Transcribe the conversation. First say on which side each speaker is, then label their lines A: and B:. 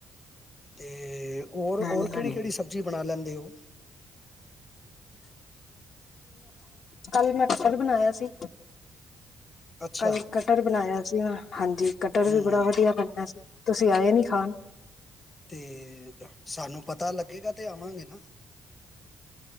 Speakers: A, on the left; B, on the left.
A: ਅਤੇ ਔਰ
B: ਮੈਂ
A: ਹੋਰ
B: ਨੀ
A: ਕਿਹੜੀ
B: ਖਾਣੀ
A: ਕਿਹੜੀ ਸਬਜ਼ੀ ਬਣਾ ਲੈਂਦੇ ਉਹ,
B: ਕੱਲ ਮੈ ਕਟਰ ਵੀ ਬਣਾਇਆ ਸੀ।
A: ਅੱਛਾ
B: ਕੱਲ ਕਟਰ ਬਣਾਇਆ ਸੀ ਹਾਂਜੀ ਕਟਰ
A: ਹੂੰ
B: ਵੀ ਬੜਾ ਵਧੀਆ ਬਣਿਆ ਸੀ ਤੁਸੀਂ ਆਏ ਨੀ ਖਾਣ
A: ਤੇ ਸਾਨੂੰ ਪਤਾ ਲੱਗੇਗਾ ਤੇ ਆਵਾਂਗੇ ਨਾ,